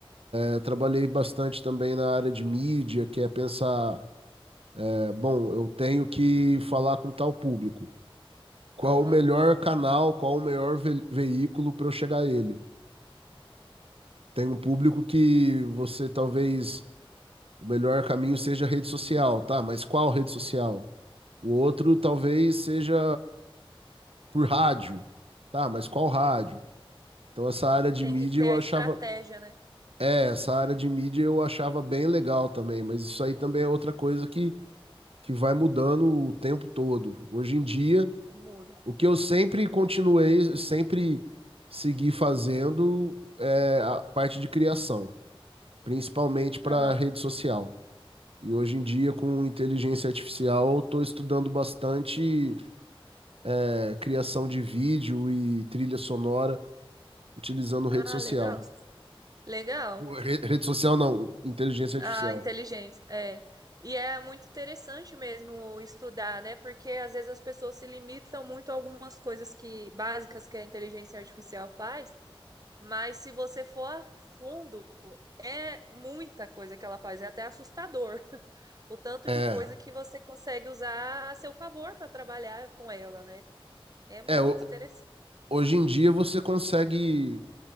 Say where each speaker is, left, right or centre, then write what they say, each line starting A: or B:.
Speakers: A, on the right (about 80°); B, on the right (about 40°).
A: Eu trabalhei bastante também na área de mídia, que é pensar, é, bom, eu tenho que falar com tal público. Qual
B: Aham.
A: o melhor canal, qual o melhor ve- veículo para eu chegar a ele? Tem um público que você talvez o melhor caminho seja rede social, tá? Mas qual rede
B: Sim.
A: social? O outro talvez seja por rádio, tá? Mas qual rádio? Então essa área de
B: Tem
A: mídia
B: que ter
A: eu
B: a
A: achava,
B: estratégia, né?
A: é, essa área de mídia eu achava bem legal também, mas isso aí também é outra coisa que que vai mudando o tempo todo. Hoje em dia,
B: Muda.
A: o que eu sempre continuei, sempre segui fazendo é a parte de criação, principalmente para
B: Aham.
A: rede social. E hoje em dia, com inteligência artificial, estou estudando bastante é, criação de vídeo e trilha sonora utilizando rede
B: Ah,
A: social.
B: legal. Legal.
A: Re- Rede social não, inteligência artificial.
B: A inteligência, é. E é muito interessante mesmo estudar, né? Porque às vezes as pessoas se limitam muito a algumas coisas que básicas que a inteligência artificial faz, mas se você for a fundo, é muita coisa que ela faz, é até assustador <laughs> o tanto
A: É,
B: de coisa que você consegue usar a seu favor para trabalhar com ela, né? É muito
A: é, o
B: interessante.
A: hoje em dia você consegue,